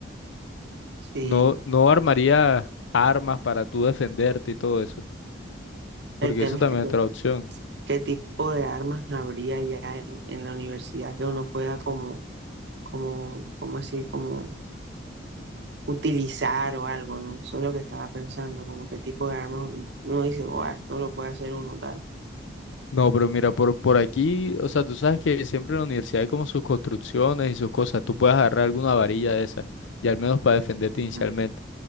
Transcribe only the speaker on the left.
No, no armarías armas para tú defenderte y todo eso, porque
eso también
es otra opción.
No, pero mira, por, por aquí, o sea, tú sabes que siempre en la universidad hay como sus construcciones y sus cosas. Tú puedes agarrar alguna varilla de esas, y al menos para defenderte
inicialmente.